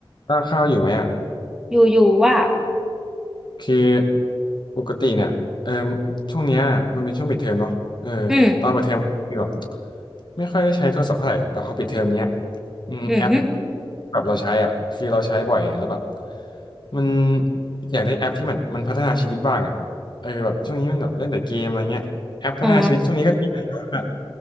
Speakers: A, on the left; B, in the centre.
A: ข้าวข้าวอยู่ไหมอ่ะ
B: อยู่อยู่ว่า
A: คือปกติเนี่ยเออช่วงเนี้ยมันเป็นช่วงปิดเทอมเนาะเออ
B: อืม
A: ตอนเปิดเทอมคือแบบไม่ค่อยได้ใช้โทรศัพท์เท่าไหร่แต่พอปิดเทอมเนี้ยอืมแอป
B: อืมฮึ
A: กับเราใช้อ่ะคือเราใช้บ่อยแล้วแบบมันอยากได้แอปที่มันมันพัฒนาชีวิตบ้างอ่ะเออแบบช่วงนี้มันแบบเล่นแต่เกมอะไรเงี้ยแอปพัฒนาชีวิตช่วงนี้ก็ดีแต่ว่า
B: อ๋อ